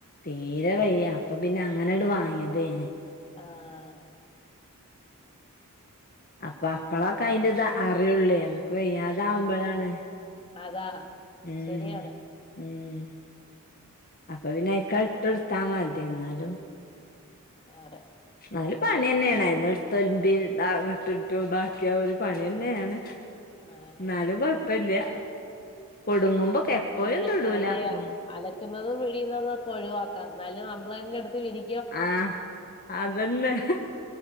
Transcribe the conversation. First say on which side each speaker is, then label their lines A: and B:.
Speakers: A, on the left; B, on the left.
A: തീരെ വയ്യ അപ്പൊപ്പിന്നെ അങ്ങനെ ഇങ്ങ്ട് വാങ്ങി എന്തിയ്യാനെ
B: ആഹ്
A: അപ്പൊ അപ്പളൊക്കെ അയിന്റിത് അറിയുള്ളേ നമ്മക്ക് വയ്യാതാവുമ്പൊഴാണ്
B: അതാ
A: ഉം
B: ശരിയാണ്
A: ഉം അപ്പൊ പിന്നെ ഇക്കാ ഇട്ടുടുത്താ മതി തി എന്നാലും
B: ആഹ് അങ്ങ്ട്
A: എന്നാലും പണിയന്നെയാണ് <unintelligible> ഇിട്ടിട്ട് ഇതാക്കിയ ഒരു പണിയന്നെയാണ്
B: ആഹ്
A: എന്നാലും കൊഴപ്പില്ല കൊടുങ്ങുമ്പോക്കെ എപ്പോഴും
B: പിന്നെ
A: ഇടൂല
B: അതെ
A: ഉം
B: അലക്കുന്നതും പിഴിയുന്നതും ഒക്ക ഒഴിവാക്കാം എന്നാലും നമ്മളന്നെ എടുത്ത് വിരി
A: ആഹ് അതന്നെ